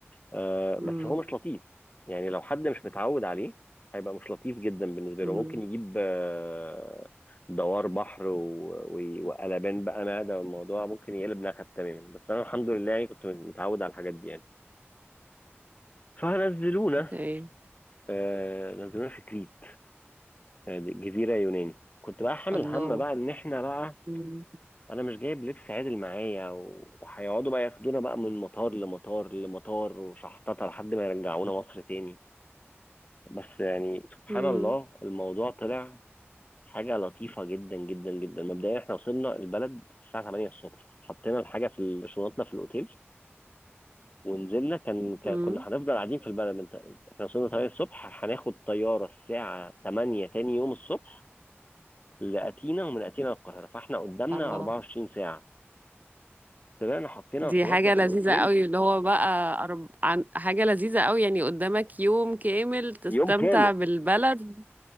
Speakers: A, on the left; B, on the right.
A: آه
B: امم
A: بس هو مش لطيف يعني لو حد مش متعود عليه هيبقى مش لطيف جدا بالنسبه
B: امم
A: له ممكن يجيب آه دوار بحر و- و- وقلبان بقى معده والموضوع ممكن يقلب نكد تماما بس انا الحمد لله يعني كنت متعود على الحاجات دي يعني فنزلونا
B: اوكي
A: آه نزلونا في كريت آه، جزيره يوناني كنت بقى حامل
B: الله
A: هم بقى ان احنا بقى
B: امم
A: انا مش جايب لبس عادل معايا وهيقعدوا بقى ياخدونا بقى من مطار لمطار لمطار وشحططه لحد ما يرجعونا مصر تاني بس يعني سبحان
B: امم
A: الله الموضوع طلع حاجة لطيفة جدا جدا جدا مبدئيا احنا وصلنا البلد الساعة 8 الصبح حطينا الحاجة في ال- شنطنا في الأوتيل ونزلنا كان كان-
B: امم
A: كنا هنفضل قاعدين في البلد من تق- احنا وصلنا 8 الصبح هناخد طيارة الساعة 8 تاني يوم الصبح لأتينا ومن أتينا للقاهرة فاحنا قدامنا
B: اه
A: 24 ساعة طلعنا حطينا
B: دي
A: شنطنا
B: حاجة
A: في
B: لذيذة
A: الأوتيل
B: قوي اللي هو بقى أرب... عن... حاجة لذيذة قوي يعني قدامك يوم كامل تستمتع
A: يوم كامل
B: بالبلد